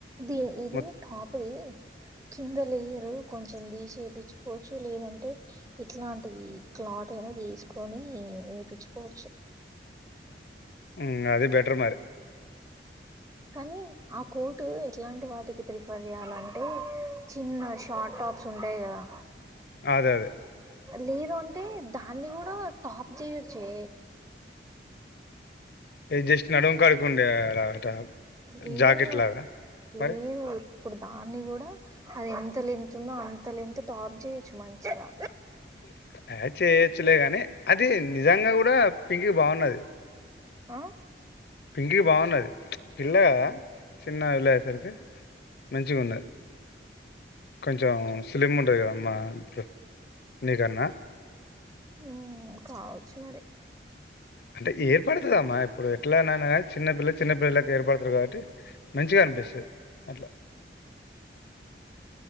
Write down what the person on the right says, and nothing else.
దీంది
టాప్ది కింద లేయరు కొంచెం తీసి ఏపించుకోవచ్చు లేదంటే ఇట్లాంటిది క్లాత్ నువు తీసుకొని ఏపించుకోవచ్చు
కానీ ఆ కోర్టు ఎట్లాంటి వాటికి ప్రిఫర్ చేయాలంటే చిన్న షార్ట్ టాప్స్ ఉంటయి గదా
లేదు అంటే దాన్ని గుడా టాప్ చేయొచ్చే
లేదు
లేదు
ఇప్పుడు దాన్ని గుడా అది ఎంత లెంత్ ఉందో అంత లెంత్ టాప్ చేయొచ్చు మంచిగా
ఆ
ఉమ్ కావచ్చు మరి